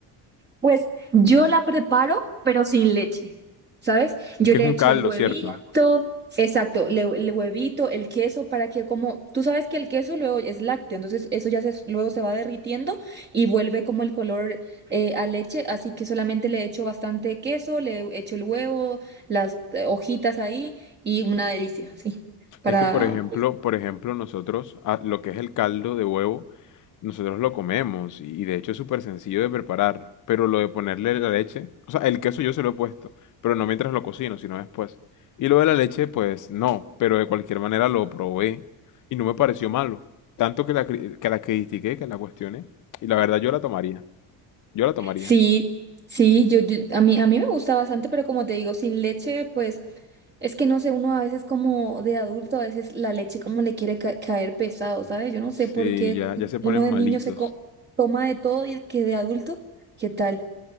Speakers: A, on the right; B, on the left.
A: Pues yo la preparo, pero sin leche, ¿sabes? Yo
B: Es que
A: le
B: es un
A: echo
B: caldo,
A: el Exacto. huevito,
B: ¿cierto?
A: exacto, le- el huevito, el queso, para que como, tú sabes que el queso luego es lácteo, entonces eso ya se, luego se va derritiendo y vuelve como el color eh, a leche, así que solamente le echo bastante queso, le echo el huevo, las eh, hojitas ahí y una delicia, sí, para,
B: Es que, por ejemplo, por ejemplo, nosotros ah, lo que es el caldo de huevo, nosotros lo comemos y, y de hecho es súper sencillo de preparar, pero lo de ponerle la leche, o sea, el queso yo se lo he puesto, pero no mientras lo cocino, sino después. Y lo de la leche, pues no, pero de cualquier manera lo probé y no me pareció malo, tanto que la, cri- que la critiqué, que la cuestioné, y la verdad yo la tomaría, yo la tomaría.
A: Sí, sí, yo, yo- a mí, a mí me gusta bastante, pero como te digo, sin leche, pues es que no sé, uno a veces como de adulto, a veces la leche como le quiere ca- caer pesado, ¿sabes? Yo no sé
B: Sí,
A: por qué
B: ya, ya se ponen
A: uno de
B: malitos.
A: niño se co- toma de todo y que de adulto, ¿qué tal?